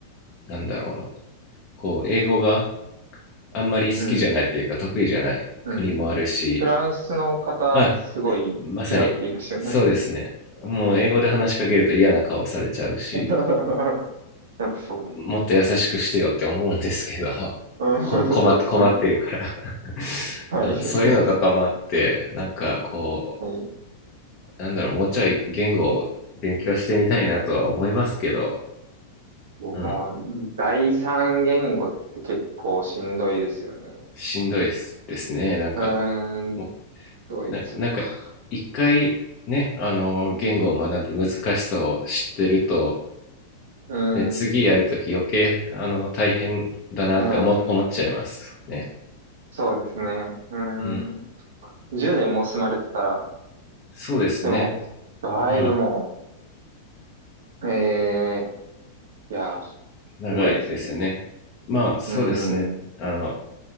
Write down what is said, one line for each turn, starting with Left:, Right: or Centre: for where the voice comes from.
Left: なんだろうな、こう、英語があんまり好きじゃないっていうか、
Right: うん。
Left: 得意じゃない国もあるし、
Right: うんフランスの方、
Left: あ、
Right: すごい嫌うって言いましたよね。
Left: まさに、そうですね。もう英語で話しかけると嫌な顔されちゃうし、
Right: <laughs> やっぱそうな。
Left: もっと優しくしてよって思うんですけど、<laughs>
Right: うん、<laughs>
Left: こ、困っ、
Right: そうですね。
Left: 困ってるから <laughs>
Right: はい。
Left: うん、
Right: <laughs>
Left: そういうのとかもあって、なんかこ
Right: はい。
Left: う、なんだろう、もうちょい言語を勉強してみたいなとは思いますけど、
Right: もうな、
Left: うん、
Right: 第三言語って結構しんどいですよね。
Left: しんどいですですね。なんか、
Right: うーん、
Left: も
Right: ドイツ語か。
Left: う、な、なんか、一回ね、あの、言語を学ぶ難しさを知ってると、
Right: うーん、
Left: ね、次やるとき余計、あの、大変だなって思、
Right: うーん、
Left: 思っちゃいますね。
Right: そうですね。うーん。
Left: うん、
Right: 10年も住まれてたら、
Left: そうですね。
Right: でも、だいぶも
Left: うん。
Right: う、ええいや、す
Left: 長いですよね。
Right: ごいですね。
Left: まあそうですね。
Right: うーん。
Left: あの、